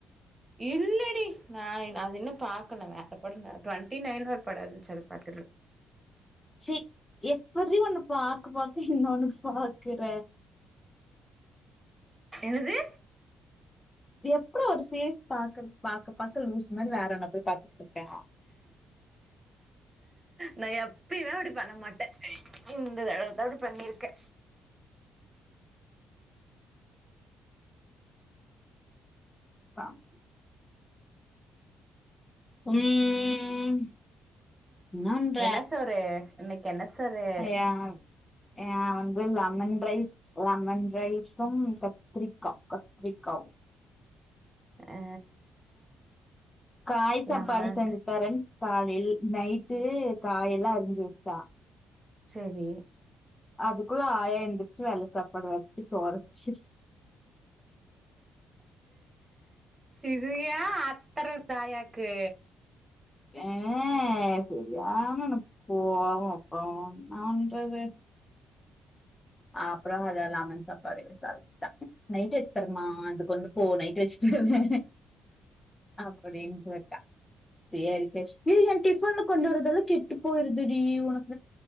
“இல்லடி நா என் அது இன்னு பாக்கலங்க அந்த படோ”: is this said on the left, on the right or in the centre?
Right